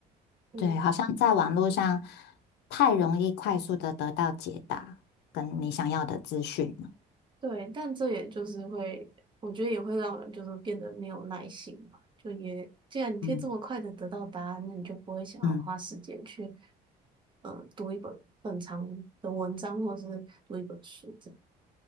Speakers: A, on the right; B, on the left.
A: 嗯。
B: 对，好像在网络上太容易快速的得到解答，跟你想要的资讯了。
A: 对，但这也就是会，我觉得也会让人就是变得没有耐心嘛。就也，既然你可以这么快的得到答案，
B: 嗯
A: 那你就不会想要花时间去
B: 嗯。
A: 呃读一本很长的文章，或者是读一本书这样。